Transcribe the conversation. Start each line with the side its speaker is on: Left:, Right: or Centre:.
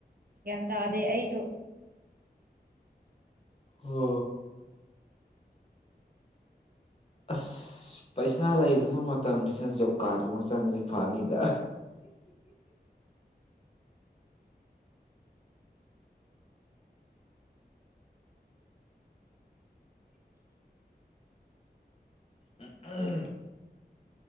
Right: ꯒꯌꯥꯟ ꯇꯥꯗꯦ ꯑꯩꯁꯨ
Left: ꯍꯣ ꯑꯁ ꯄꯩꯁꯥ ꯂꯩꯗꯕ ꯃꯇꯝꯁꯤꯅ ꯖꯣꯕ ꯀꯥꯔꯠꯇꯣ ꯆꯪ ꯔꯤꯐꯥꯟꯅꯤꯗ ꯎ